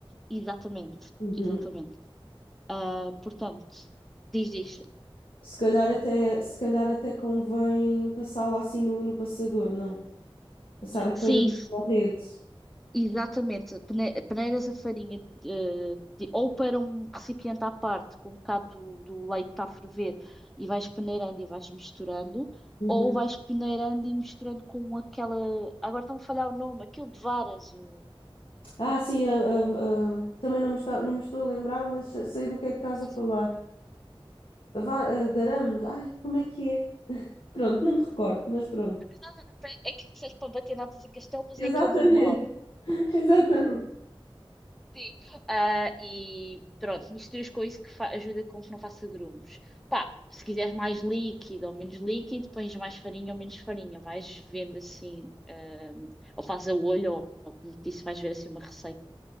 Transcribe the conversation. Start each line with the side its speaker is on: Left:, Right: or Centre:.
Centre: exatamente,
Left: Uhum.
Centre: exatamente. Ah, portanto, diz, diz.
Left: Se calhar até, se calhar até convém passá-la assim no, no passador, não? Passar a farinha
Centre: Sim,
Left: na rede.
Centre: Exatamente, pane- peneiras a farinha eh, de- ou para um recipiente à parte com um bocado do, do leite que está a ferver e vais peneirando e vais misturando,
Left: Uhum.
Centre: ou vais peneirando e misturando com aquela. Agora está-me a falhar o nome, aquilo de varas. O...
Left: Ah, sim, a- a- a- também não me está, não me estou a lembrar, mas se- sei do que é que estás
Centre: Mas
Left: a falar. A var, a darames. Ai, como é que é? Pronto, não me recordo, mas pronto.
Centre: nada a ver, é aquilo que serve para bater natas e castelo, mas
Left: Exatamente.
Centre: é aquele manual.
Left: <laughs> Exatamente.
Centre: Sim. Ah, e pronto, misturas com isso que fa- ajuda com que não faça grumos. Pá, se quiseres mais líquido ou menos líquido, pões mais farinha ou menos farinha. Vais vendo assim, ah, ou faz a olho, ou, ou como te disse, vais ver assim uma receita.